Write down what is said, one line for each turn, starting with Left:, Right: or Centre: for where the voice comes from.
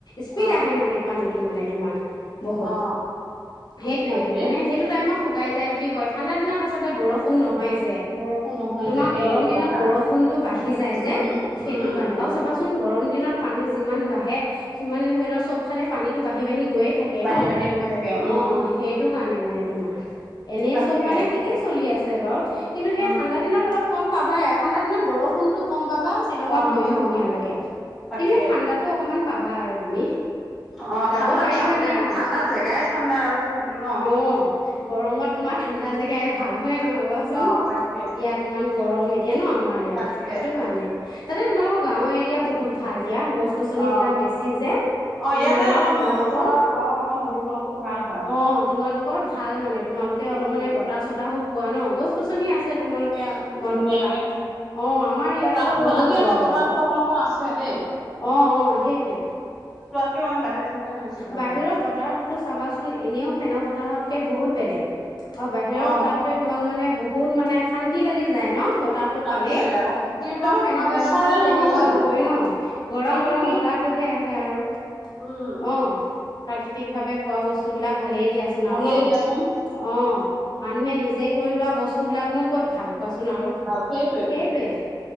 Left: স্পীড
Centre: অ
Left: আহে মানে পানীত। তটো মানে তোমাৰ। বহুত
Centre: অ
Left: সেইটোৱে
Centre: হয় নেকি
Left: মানে সেইটো টাইমত শুকাই যায় বুলি ঠাণ্ডা দিনত আচলতে বৰষুণ ন হয় যে
Centre: বৰষুণ নহয়
Left: তোমাৰ
Centre: যে সেই
Left: গৰম দিনত
Centre: কথা
Left: বৰষুণটো বাঢ়ি যায়
Centre: উম
Left: যে সেইটো
Centre: উম
Left: কাৰণে
Centre: উম
Left: আৰু চাবাচোন গৰম পানী যিমান বাঢ়ে সিমানে ধৰি লওঁ চব ফালে পানীটো বাঢ়ি বাঢ়ি গৈয়ে থাকে
Centre: বাঢ়ি
Left: ন' অ',
Centre: বাঢ়ি গৈ থাকে উম
Left: অ', সেইটো কাৰণে মানে তোমাৰ। এনেই
Centre: তাকে
Left: চব মানে ঠিকেই চলি আছ ছে বাৰু। কিন্তু সেই
Centre: উম
Left: ঠাণ্ডা দিনত অলপ কম পাবাই, ঠাণ্ডা দিনত বৰষুণটো কম পাবা, শ্বিলঙত
Centre: কম
Left: গৈয়ো
Centre: কম
Left: ধুনীয়া লাগে।
Centre: তাকে
Left: কিন্তু সেই ঠাণ্ডাটো অকমান পাবা আৰু তুমি।
Centre: অ
Left: যাব
Centre: ঠাণ্ডাত
Left: পাৰিবা
Centre: ঠান
Left: দিয়া
Centre: এইটো ঠাণ্ডা
Left: অ',
Centre: জেগাই ঠাণ্ডা আৰু সেইটো ন
Left: গৰমত তোমাৰ
Centre: অ
Left: ঠাণ্ডা জেগাই ভাল হয়নে নহয় কোৱাচোন,
Centre: অ তাকে
Left: ইয়াত ইমান গৰম এ এতিয়া ন' আমাৰ ইয়াত
Centre: তাকে
Left: সেইটো কাৰণে তাতে তোমালোকৰ গাঁও এৰিয়া বহুত ভাল দিয়া গছ গছনি
Centre: অ
Left: বিলাক বেছি যে
Centre: অ ইয়াতে
Left: ইমান এটা
Centre: অলপ
Left: তোমালোকৰ
Centre: গছৰ তলত অকন বহিবলৈকো ভাল হয়
Left: অ' তোমালোকৰ ভাল মানে তোমালোকে অলপ
Centre: উম
Left: মানে বতাহ চতাহো পোৱা ন গছ গছনি আছে তোমালোক এতিয়া তোমালোকৰ
Centre: ধুনীয়াকে
Left: তাত অ' আমাৰ ইয়াত
Centre: বতাহটো
Left: আকৌ বহুত
Centre: আজি আকৌ
Left: গৰম।
Centre: বতাহটো অকন অকন আছে দেই
Left: অ' অ' হেইটোৱে
Centre: কৈ মানে বাহিৰত থাকিলেহে বেছি ভাল
Left: বাহিৰৰ
Centre: লাগে
Left: বতাহতটো চাবাচোন এনেও ফেনৰ বতাহত কে বহুত বেলেগ অ' বাহিৰৰ
Centre: অ
Left: বতাহটোয়ে তোমাক মানে বহুত বহুত মানে শান্তি লাগি যায় ন বতাহটো
Centre: শান্তি
Left: পালেই,
Centre: লাগে আকৌ
Left: কিন্তু
Centre: সেইটো
Left: তোমাৰ ফেনৰ
Centre: নেচাৰেল
Left: বতাহটোতো তেনেকুৱা
Centre: জানো
Left: নহয় ন গৰম
Centre: প্ৰাকৃতিক
Left: গৰম বতাহতটোহে আহে হে আৰু
Centre: উম।
Left: অ' প্ৰাকৃতিক ভাৱে পোৱা বস্তু বিলাক ভালেইে দিয়াচোন
Centre: ভালেই
Left: আৰু ন
Centre: দিয়াচোন
Left: অ' মানুহে নিজে কৰি লোৱা। বস্তুবিলাকনো ক'ত ভাল কোৱাচোন আৰু
Centre: ভাল সেইটোৱেটো
Left: সেইটোৱে।